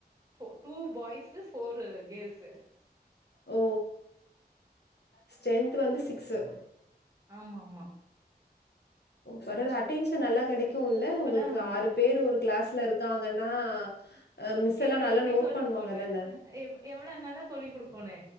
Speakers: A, on the right (about 20°); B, on the left (about 80°).
A: four two boys four girls
B: ஓ ஸ்டரென்த் வந்து சிக்ஸ்ஸு
A: ஆமாமா
B: பர அட்டென்ஷன் நல்லா கெடைக்குல்ல
A: இப்பதான்
B: உங்களுக்கு
A: ம
B: ஆறு பேரு ஒரு கிளாஸ்ல இருக்காங்கன்னா அ மிஸ் எல்லா
A: எவ்ள
B: நல்லா
A: எப்டி
B: நோட்
A: சொல்லிக்
B: பண்ணுவாங்கதான
A: குடுக்கோணும். எவ் எவ்ளா நல்லா சொல்லி் குடுக்கோனு